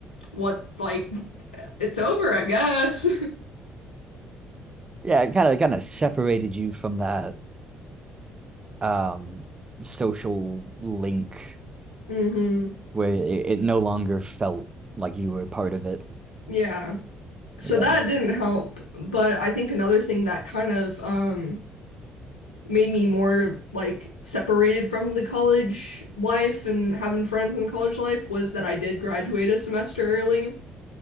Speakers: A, on the left; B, on the right.
A: what like it's over, I guess.
B: Yeah, it kind of kind of separated you from that um social link
A: <laughs> hmm
B: where it, it no longer felt like you were a part of it.
A: Yeah. So
B: Yeah.
A: that didn't help, but I think another thing that kind of um made me more like separated from the college life and having friends in the college life was that I did graduate a semester early.